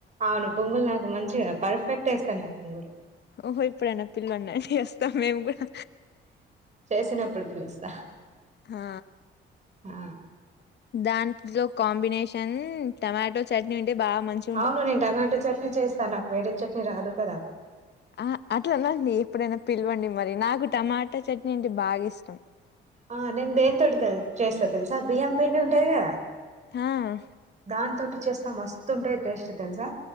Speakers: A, on the right (about 35°); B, on the left (about 60°).
A: అవును పునుగులు నాకు మంచిగా పర్ఫెక్ట్ ఏస్తా నేను పొంగులు
B: ఓహో ఎప్పుడైనా పిలవండి వస్తం మేము కూడా
A: చేసినప్పుడు పిలుస్తా
B: ఆ
A: ఆ
B: దాంట్లో కాంబినేషన్ టమాటో చట్నీ ఉంటే బాగా మంచ్
A: అవును నేను టమాటో చట్నీ చేస్తాను నాకు వేరే చట్నీ రాదు కదా.
B: ఆ అట్లాందండి ఎప్పుడైనా పిలవండి మరి నాకు టమాటా చట్నీ అంటే బాగా ఇష్టం.
A: ఆ నేను దేని తోటి తె చేస్తా తెలుసా బియ్యం పిండి ఉంటది కదా
B: ఆ
A: దాని తోటి చేస్తా మస్తుంటే టేస్ట్ తెలుసా?